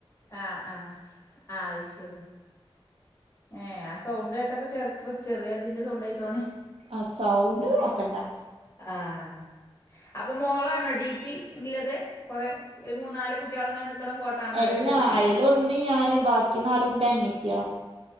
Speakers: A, on the left (about 30°); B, on the right (about 75°).
A: ആഹ് ആഹ് ആത് ശരി ഏ ഞാൻ സൗണ്ട് കേട്ടപ്പ ചെറുപ്പ ചെറിയതിന്റെ സൗണ്ട ആയി തോണി
B: ആ സൗണ്ട് നോക്കണ്ട
A: ആഹ് അപ്പൊ മോളാണോ ഡി പി ഉള്ളത് കുറെേ ഒരു മൂന്നാല് കുട്ടികള് അങ്ങനെ നക്കണ ഫോട്ടോ ആണല്ലോ
B: എല്ലാ
A: ഡി പി
B: അയ്ല് ഒന്ന് ഞാന് ബാക്കി നാലുന്റെ അനിയത്തിയളാ